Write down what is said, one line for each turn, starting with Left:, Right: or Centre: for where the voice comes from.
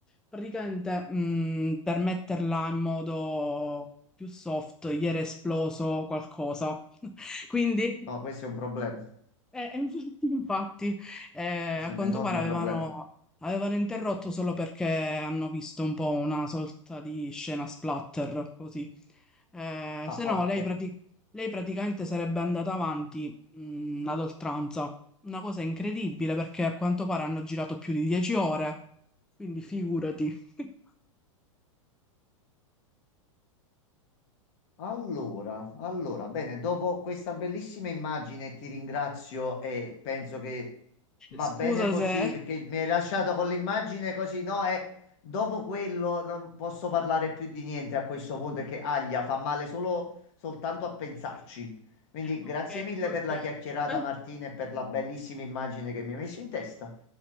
Centre: praticamente mh, per metterla in modo più soft, gli era esploso qualcosa. <laughs> Quindi
Left: No, questo è un problema.
Centre: eh, <laughs> infatti, infatti, eh,
Left: Questo
Centre: a
Left: è
Centre: quanto
Left: un enorme
Centre: pare avevano,
Left: problema.
Centre: avevano interrotto solo perché hanno visto un po' una sorta di scena splatter, così. Eh,
Left: Ah,
Centre: se no,
Left: ok.
Centre: lei, prati- lei praticamente sarebbe andata avanti, mh, ad oltranza. Una cosa incredibile perché a quanto pare hanno girato più di 10 ore, quindi figurati. <laughs>
Left: Allora, allora, bene, dopo questa bellissima immagine ti ringrazio e penso che va
Centre: Scusa
Left: bene così
Centre: se...
Left: perché mi hai lasciato con l'immagine così, no? E dopo quello non posso parlare più di niente a questo punto perché aglia, fa male solo soltanto a pensarci. Quindi
Centre: Ok,
Left: grazie mille
Centre: ok,
Left: per la chiacchierata
Centre: perfetto.
Left: Martina e per la bellissima immagine che mi hai messo in testa.